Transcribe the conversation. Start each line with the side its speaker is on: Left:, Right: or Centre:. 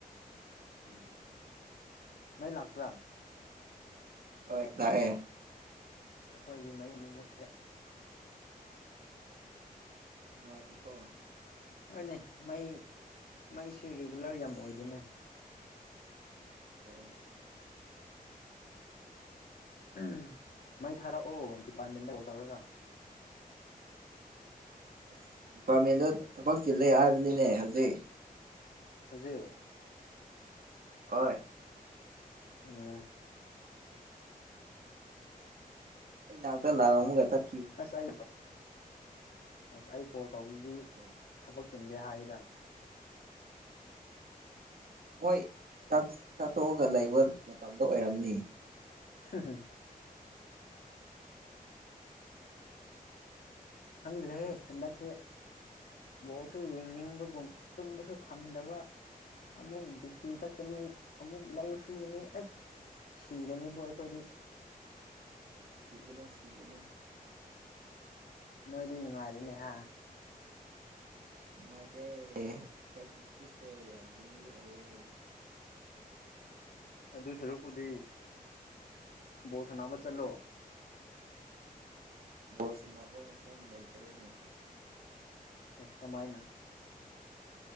Left: ꯎꯝ ꯃꯥꯏ ꯂꯥꯛꯄ꯭ꯔꯥ
Right: ꯍꯣꯏ ꯂꯥꯛꯑꯦ
Left: ꯑꯩꯈꯣꯏꯗꯤ ꯃꯌ ꯑꯃꯨ ꯃꯨꯠꯈ꯭ꯔꯦꯦ
Right: ꯑ ꯃꯥꯥꯏꯗꯤ ꯀꯣ
Left: ꯍꯣꯏꯅꯦ ꯃꯩ ꯃꯩꯁꯨ ꯔꯤꯒꯨꯂꯔ ꯌꯥꯝ ꯑꯣꯏꯗꯅꯦ
Right: ꯑꯣ
Left: ꯎ ꯃꯩ ꯊꯥꯔ ꯑꯣ ꯑꯄꯥꯔꯠꯃꯦꯟꯗ ꯀꯣꯜ ꯇꯧꯔꯒ
Right: ꯑꯁ ꯗꯤꯄꯥꯔꯠꯃꯦꯟꯗꯣ ꯊꯕꯛ ꯆꯤꯜꯂꯦ ꯍꯥꯏꯕꯅꯤꯅꯦ ꯍꯧꯖꯤꯛ
Left: ꯍꯧꯖꯤꯦ
Right: ꯑꯣꯏ
Left: ꯎꯝ
Right: ꯑꯩꯗ ꯂ ꯑꯃꯨꯛꯒꯥꯏ ꯆꯦ
Left: ꯑꯁꯥꯏ ꯑꯁ ꯑꯥꯏ ꯀꯣ ꯇꯧꯕꯗꯤ
Right: ꯑꯣ
Left: ꯊꯕꯛ ꯁꯤꯟꯗꯦ ꯍꯥꯏ ꯍꯥꯏꯗ
Right: ꯑꯣꯏꯣꯏ ꯆꯥꯛ ꯆꯥꯠꯇꯣꯛꯑꯒ ꯂꯩꯕ ꯃꯇꯝꯗ ꯑꯣꯏꯔꯝꯅꯤ
Left: <unintelligible> ꯈꯪꯗ꯭ꯔꯦꯍꯦ ꯍꯟꯗꯛꯁꯦ ꯕꯣꯜꯁꯨ ꯌꯦꯡꯅꯤꯡꯕꯒꯨꯝ ꯇꯨꯝꯕꯁꯨ ꯐꯪꯗꯕ ꯑꯃꯨꯛ ꯗ꯭ꯌꯨꯇꯤ ꯆꯠꯀꯅꯤ ꯑꯃꯨꯛ ꯂꯧ ꯁꯨꯕꯅꯤ ꯑꯩꯁ ꯁꯤꯔꯅꯤꯕꯣ ꯑꯩꯈꯣꯏꯗꯤ
Right: ꯁꯤꯒꯅꯣ ꯁꯤꯒꯅꯣ
Left: ꯅꯣꯏꯗꯤ ꯅꯨꯡꯉꯥꯏꯔꯦꯅꯦ ꯍꯥ
Right: ꯅꯨꯡꯉꯥꯏꯗꯦ ꯑꯩꯈꯣꯏ ꯄꯨꯟꯁꯤꯁꯦ ꯌꯥꯝ ꯂꯣꯟꯂꯤ ꯑꯣꯏꯌꯦ
Left: ꯑꯗꯨ ꯁꯔꯨꯛꯄꯨꯗꯤ ꯕꯣ ꯁ ꯑꯃ ꯆꯠꯂꯣ
Right: ꯕꯣꯁꯟꯅꯅꯕ ꯃꯐꯝ ꯂꯩꯇ꯭ꯔꯦꯅꯦ
Left: ꯑꯦꯁ ꯀꯃꯥꯏꯅ